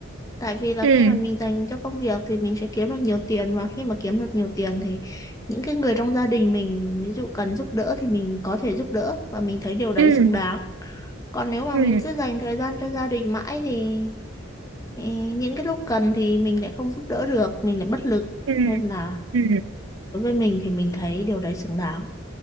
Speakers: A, on the left; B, on the right.
A: tại vì là
B: ừ
A: khi mà mình dành cho công việc thì mình sẽ kiếm được nhiều tiền và khi mà kiếm được nhiều tiền thì những cái người trong gia đình mình ví dụ cần giúp đỡ thì mình có thể giúp đỡ và mình thấy điều đấy
B: ừ
A: xứng đáng còn nếu mà
B: ừ
A: mình cứ dành thời gian cho gia đình mãi thì Ê, những cái lúc cần thì mình lại không giúp đỡ được mình lại bất lực
B: ừ
A: nên là
B: ừ
A: đối với mình thì mình thấy điều đấy xứng đáng